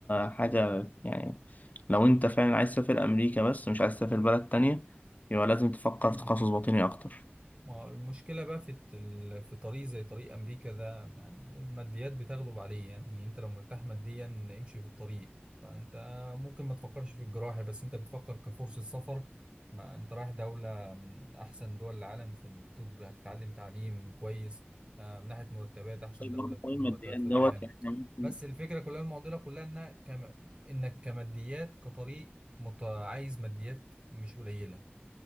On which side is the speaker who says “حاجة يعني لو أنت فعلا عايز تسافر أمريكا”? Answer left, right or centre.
Left